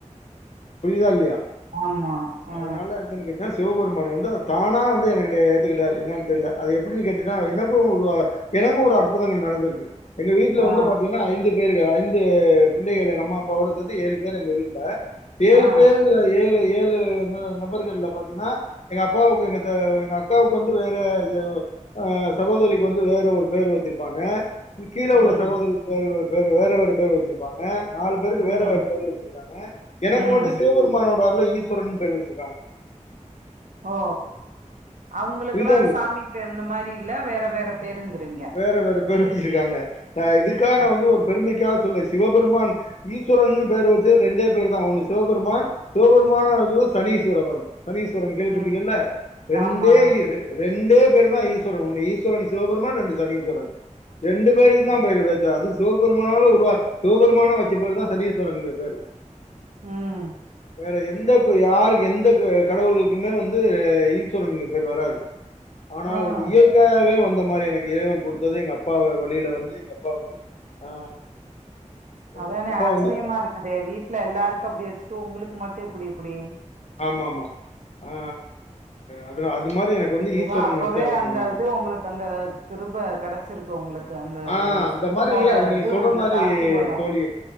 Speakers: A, on the left (about 60°); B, on the right (about 75°).
A: புரிதா இல்லியா.
B: ஆமா ஆ
A: அதுனால அண்ணனுக்கு அ சிவபெருமானு வந்து அ தானா வந்து என கிட்டே ஏத்துக்கிட்டாரு என்னான் தெர்ல அது எப்பிடினு கேட்டீனா எனக்கு உள்ள எனக்கு ஒரு அற்புதங்கள் நடந்திருக்கு. எங்க வீட்ல வந்து
B: ஆ
A: பாத்தீங்கனா ஐந்து பேர்கள் ஐந்து பிள்ளைகள் எங்க அம்மா அப்பாவோடு சேத்து ஏழு பேர் எங்க வீட்ல. ஏழு
B: ஆ
A: பேர்ல ஏழு ஏழு ந நபர்கள்ல பாத்தினா எங்க அப்பாவுக்கு எங்கத்த எங்க அக்காவுக்கு வந்து வேற இதவு அ சகோதரிக்கு வந்து வேற ஒரு பேர் வெச்சிருப்பாங்க. இது கீழ
B: ம்
A: உள்ள சகோதரிக் வேற வேற பேரு வேற வேற பேரு வெச்சிருப்பாங்க. நாலு பேருக்கு
B: ம்
A: வேற வேற பேரு வெச்சிருக்காங்க எனக்கு
B: ம்
A: மட்டு சிவபெருமானோட அருள்ல ஈஸ்வரன்னு பேரு வெச்சிருக்காங்க.
B: ஓ அவுங்களுக்கெல்லா
A: புரியுதா இல்லையா
B: சாமிப்பே இந்த மாரி இல்ல வேற வேற பேருங்றீங்க.
A: வேற வேற பேரு வெச்சிருக்காங்க. அ இதுக்கா
B: ம்
A: நா வந்து ஒரு பெருமைக்காவ சொல்ல சிவபெருமான் ஈஸ்வரன்னு பேர் வெச்சது ரெண்டே பேரு தா ஒன்னு சிவபெருமான் சிவபெருமான அது சனீஸ்வரபரம் சனீஸ்வரன் கேள்விப்பட்ருக்கியல்ல
B: ம்
A: ரெண்டே
B: ஆமா
A: இரு ரெண்டே பேர் தா ஈஸ்வரன் ஒன்னு ஈஸ்வரன் சிவபெருமான் ரண்டு சனீஸ்வரன் ரெண்டு பேருக்குந்தா
B: ம்
A: பேரு வெச்சா அது சிவபெருமானால உருவா சிவபெருமானா வெச்ச பேருதா சனீஸ்வரன்ங்கிற பேரு.
B: ம்
A: வேற எந்தப்பு யாருக்கு எந்த க கடவுளுக்குமே வந்து ஈஸ்வரன்னுங்குற பேரு வராது ஆனாலு
B: ம்.
A: வந்து இயற்கையாகவே வந்த மாரி எனக் இறைவன் கொடுத்தது எங்க அப்பா வ வழியில வந்து எங்க அப்பா வந்து ஆ
B: அதானே
A: எங்க அப்பா
B: ஆச்சுரியமா
A: வந்து
B: இருக்குதே வீட்டுல எல்லாருக்கு
A: ஆ
B: அப்டி வச்சுட்டு உங்களுக்கு மட்டு எப்புடி இப்புடி
A: ஆமா ஆமா ஆ அ அது மாரி எனக்கு வந்து
B: எதோ
A: ஈஸ்வரன்
B: அப்பவே
A: வச்ச வச்சிருக்காங்க
B: அந்த இது
A: இப்ப
B: உங்களுக்கு அந்த கிருப்ப கெடச் வச்சிருக்கு உங்களுக்கு அந்த
A: ஆ அந்த
B: சிவனோட
A: மாரி அது நீங்க
B: இது
A: சொல்ற
B: உங்களுக்கு
A: மாரி
B: ஆசிர்வாதோ
A: தோழி